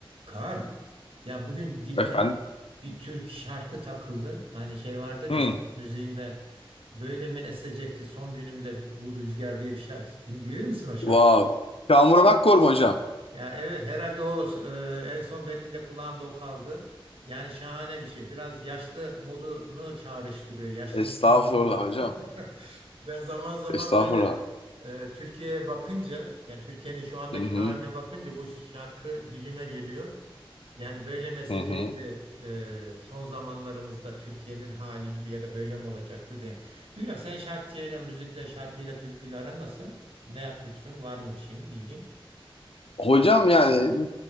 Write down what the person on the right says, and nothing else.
Kaan, ya bugün dilime
bir Türk şarkı takıldı. Hani şey vardır
ya sanat müziğinde böyle mi esecekti son günümde bu rüzgar diye bir şarkı. Din- Bilir misin o şarkıyı?
Ya evet herhalde o e, en son benim de kulağımda o kaldı. Yani şahane bir şey. Biraz yaşlı modunu çağrıştırıyor. Yaşlı
insanların şey-
<laughs> Ben zaman zaman
böyle e, Türkiye'ye bakınca, yani Türkiye'nin şu andaki
haline bakınca bu şarkı dilime geliyor. Yani böyle mesecekti
e, son zamanlarımızda Türkiye'nin hali gibi ya da böyle mi olacaktı diye. Bilmiyorum sen şarkıyla, müzikle, şarkıyla, türküyle aran nasıl? Ne yapıyorsun? Var mı bir şeyin ilgin?